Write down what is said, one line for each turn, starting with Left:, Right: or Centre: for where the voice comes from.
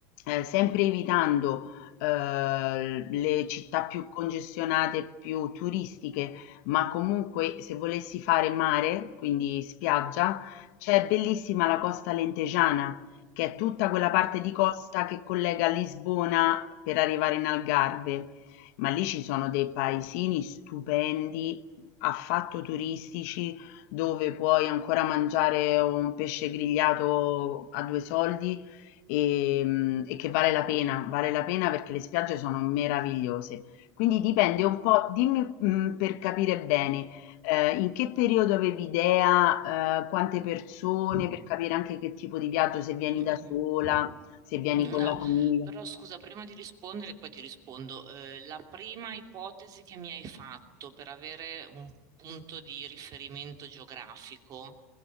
Left: eh, sempre evitando eh, le città più congestionate, più turistiche, ma comunque se volessi fare mare, quindi spiaggia, c'è bellissima la costa lentegiana, che è tutta quella parte di costa che collega Lisbona per arrivare in Algarve. Ma lì ci sono dei paesini stupendi, affatto turistici, dove puoi ancora mangiare un pesce grigliato a due soldi e, mm, e che vale la pena, vale la pena perché le spiagge sono meravigliose. Quindi dipende un po' dimmi, mhmm, per capire bene, ehm, in che periodo avevi idea, ehm, quante persone,
Right: No.
Left: per capire anche che tipo di viaggio, se vieni
Right: Mm-mm.
Left: da sola, se vieni
Right: Mm,
Left: con
Right: No,
Left: la famiglia.
Right: però scusa, prima di rispondere, poi ti rispondo. Eh, la prima ipotesi che mi hai fatto per avere un punto di riferimento geografico,